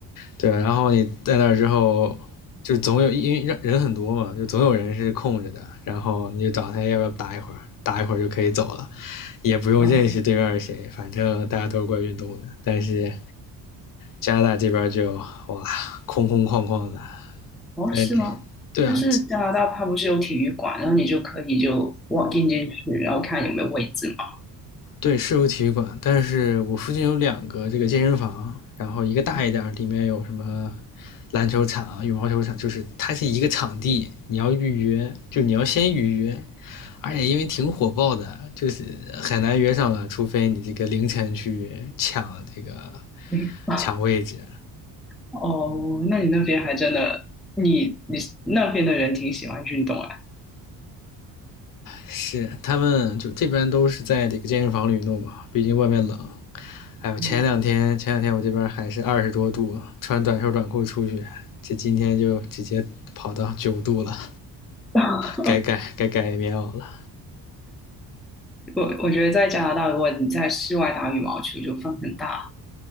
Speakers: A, on the left; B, in the centre.
A: 对，然后你在那儿之后，就总有因为人人很多嘛，就总有人是空着的，然后你就找他要不要打一会儿，打一会儿就可以走了，也不用认识对面是谁，
B: 啊！
A: 反正大家都是过来运动的。但是加拿大这边就哇，空空旷旷的，
B: 哦，
A: 但是这对啊，
B: 是吗？但是加拿大它不是有体育馆，然后你就可以就 w a 进去，然后看有没有位置嘛。
A: 对，是有体育馆，但是我附近有两个这个健身房，然后一个大一点儿里面有什么
B: 嗯
A: 篮球场啊羽毛球场，就是它是一个场地，你要预约，就你要先预约，而且因为挺火爆的，就是很难约上了，除非你这个凌晨去抢这个
B: 诶 <laughs>
A: 抢位置。
B: 哦，那你那边还真的，你你那边的人挺喜欢运动啊。
A: 是，他们就这边都是在这个健身房里弄嘛，毕竟外面冷。哎呦，
B: 嗯，
A: 前两天前两天我这边还是二十多度，穿短袖短裤出去，这今天就直接跑到九度了，
B: <laughs>
A: 该改该改棉袄了。
B: 我我觉得在加拿大，如果你在室外打羽毛球，就风很大。